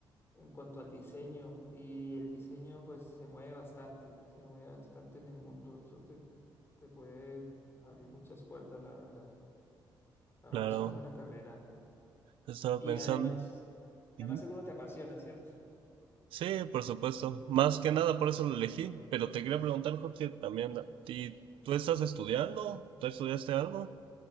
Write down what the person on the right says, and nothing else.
Claro,
estaba
pensando.
Ujú.
Sí, por supuesto. Más que nada por eso lo elegí, pero te quería preguntar, Jorge, también a ti, ¿tú estás estudiando? ¿Tú estudiaste algo?